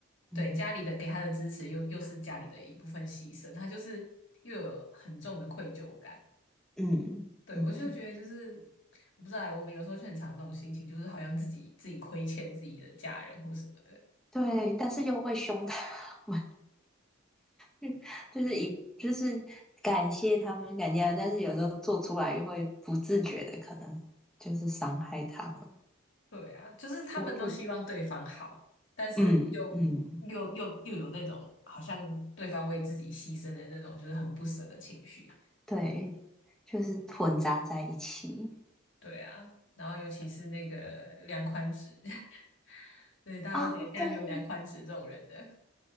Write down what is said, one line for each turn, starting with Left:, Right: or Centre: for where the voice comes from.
Centre: 嗯
Left: 对家里的给他的支持又又是家里的一部分牺牲，他就是又有很重的愧疚感。
Centre: 嗯嗯，
Left: 对，我就觉得就是，我不知道，我们有时候就很常有那种心情，就是好像自己自己亏欠自己的家人或什么的。
Centre: 对，但是又会凶他们，<laughs> 就是以就是感谢他们感谢他们，但是有时候做出来又会不自觉的可能就是伤害他们，
Left: 对啊，就是他们都希望对方好，
Centre: 就就
Left: 但是又又又又有那种好像对方为自己牺牲的那种，
Centre: 嗯嗯，
Left: 就是很不舍的情绪。
Centre: 对，就是混杂在一起
Left: 对啊，然后尤其是那个梁宽直，<laughs> 对，大家都觉得现在没有梁宽直这种人的。
Centre: 啊，对